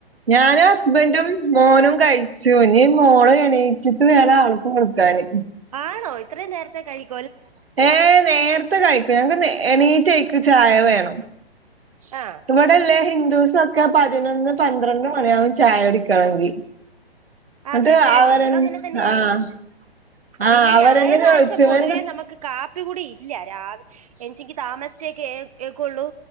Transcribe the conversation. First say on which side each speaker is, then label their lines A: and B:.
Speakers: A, on the right; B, on the right.
A: ഞാനും ഹസ്ബൻറും മോനും കഴിച്ചു ഇനിമോള എണീച്ചിട്ട് വേണം ആൾക്ക് കൊടുക്കാന്
B: ആണോ ഇത്രയും നേരത്തെ കഴിക്ക
A: ഏഹ്
B: ആഹ്
A: ഇവിടെല്ലേ ഹിന്ദൂസ് ഒക്കെ പതിനൊന്ന് പന്ത്രണ്ട് മണിയാകും ചായ കുടിക്കണെങ്കി
B: അത്
A: എന്നിട്ട്
B: തന്നെ
A: അവരെ
B: ഞങ്ങളും അങ്ങനെ തന്നെയാണ്
A: ആഹ് ആഹ്
B: പിന്നെ
A: അവരെന്നെ
B: ഞായറാഴ്ച
A: ചോദിച്ചു
B: പൊതുവേ
A: എന്ത്
B: നമുക്ക് കാപ്പികുടി ഇല്ല രാവിലെ എണീച്ചെങ്കി താമസിച്ചെക്കെ എഴുന്നേൽക്കുള്ളൂ